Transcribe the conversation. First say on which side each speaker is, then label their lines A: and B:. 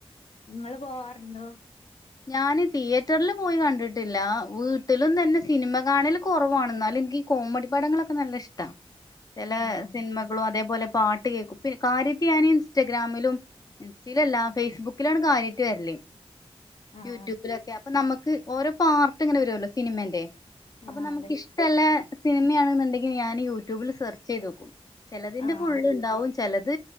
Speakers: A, on the left; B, on the left.
A: നിങ്ങള് പോവാറുണ്ടു
B: ഞാാന് തിയേറ്ററിില് പോയി കണ്ടിട്ടില്ല വീട്ടിലും തന്നെ സിനിമ കാണല് കുറവാണ എന്നാലും എനിക്ക് ഈ കോമഡി പാടങ്ങളൊക്കെ നല്ല ഇഷ്ടമാണ് ചില
A: ആഹ്
B: സിനിമകളും അതേപോലെ പാട്ട് കേക്കും കാര്യത്തിയാന ഇൻസ്റ്റഗ്രാമിലും ഇൻസ്റ്റയിലല്ല ഫേസ്ബുക്കിലാണ് കാര്യട്ട് വരല്ലേ
A: ആഹ്
B: യൂട്യൂബിലൊക്കെ അപ്പൊ നമുക്ക് ഓരോ പാർട്ട് ഇങ്ങനെ വരുമല്ലോ സിനിമന്റെ അപ്പൊ
A: ആഹ്
B: നമുക്ക്
A: അതെ
B: ഇഷ്ടമല്ല സിനിമയാണെന്നുണ്ടെങ്കിൽ ഞാൻ യൂട്യൂബിൽ സെർച്ച് ചെയ്ത് നോക്കും ചെിലതിന്റെ
A: ആഹ്
B: ഫുള് ഉണ്ടാവും ചിലത്